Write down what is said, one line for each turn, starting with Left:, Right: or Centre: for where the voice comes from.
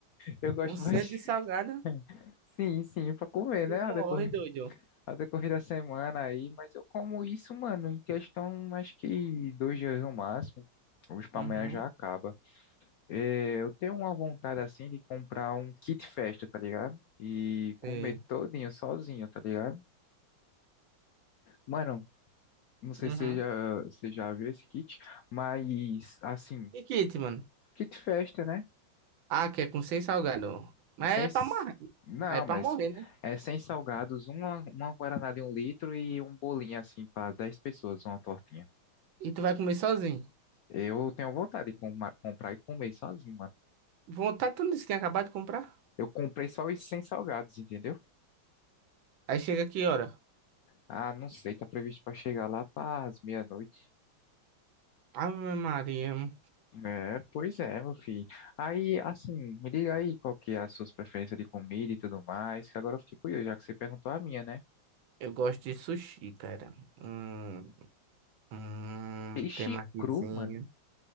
Left: Eu gosto
Right: Um centro
Left: bastante.
Right: de salgado,
Left: <laughs> Sim, sim, pra comer,
Right: tu
Left: né? A
Right: morre,
Left: decorrer,
Right: doido.
Left: a decorrer da semana aí. Mas eu como isso, mano, em questão, acho que dois dias no máximo. Hoje pra
Right: Uhum,
Left: amanhã já acaba. É, eu tenho uma vontade, assim, de comprar um kit festa, tá ligado? E comer
Right: sei.
Left: todinho sozinho, tá ligado? Mano, Não sei
Right: Uhum.
Left: se você já, você já viu esse kit, mas assim,
Right: E kit, mano?
Left: kit festa, né?
Right: Ah, que é com seis salgado. Mas
Left: É Sem,
Right: é
Left: s-
Right: pra morrer.
Left: não,
Right: Aí é pra
Left: mas
Right: morrer, né?
Left: é sem salgados, uma, uma guaraná de um litro e um bolinho assim para 10 pessoas, uma tortinha.
Right: E tu vai comer sozinho.
Left: Eu tenho vontade de com- comprar e comer sozinho, mano.
Right: Vontade, tu não disse que tinha acabado de comprar?
Left: Eu comprei só os sem salgados, entendeu?
Right: Aí chega que hora?
Left: Ah, não sei, tá previsto para chegar lá para as meia-noite.
Right: Ave Maria.
Left: É, pois é, meu filho. Aí, assim, me diga aí qual que é as suas preferências de comida e tudo mais, que agora eu fiquei curioso, já que você perguntou a minha, né?
Right: Eu gosto de sushi, cara. Hum, hum,
Left: Peixe
Right: temakizinho.
Left: cru, mano,